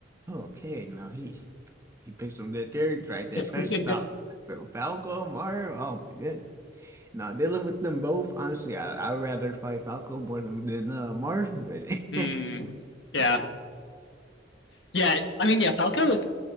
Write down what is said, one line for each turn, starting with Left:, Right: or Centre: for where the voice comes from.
Right: Okay, now he he picked some good characters right there,
Left: <laughs>
Right: especially about Fal Falco, Mario. Oh my goodness. Now dealing with them both, honestly, I I'd rather fight Falco more than than uh, Marth,
Left: hmm,
Right: but <laughs>
Left: yeah, yeah. I mean, yeah, Falco is